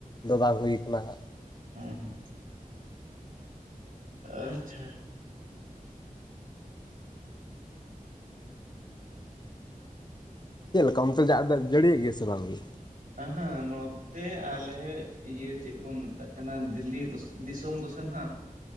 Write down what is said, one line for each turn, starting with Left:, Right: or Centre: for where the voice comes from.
Left: ᱫᱚ ᱵᱟᱝ ᱦᱩᱭ ᱠᱟᱱᱟ ᱦᱟᱸ
Right: ᱦᱮᱸ ᱟᱪᱪᱷᱟ
Left: ᱪᱮᱫ ᱞᱮᱠᱟ ᱚᱱᱛᱮ ᱡᱟᱜᱽ ᱫᱚ ᱡᱟᱹᱲᱤᱭᱮᱜ ᱜᱮᱭᱟ ᱥᱮ ᱵᱟᱝ ᱜᱤ?
Right: ᱚᱸᱦᱚᱜ ᱱᱚ ᱱᱚᱛᱮ ᱟᱞᱮ ᱤᱭᱟᱹ ᱪᱮᱫ ᱵᱚᱱ ᱢᱮᱛᱟᱜ ᱠᱟᱱᱟ ᱫᱤᱞᱞᱤ ᱫᱤᱥᱚᱢ ᱫᱚᱥᱮ ᱱᱟᱟᱜ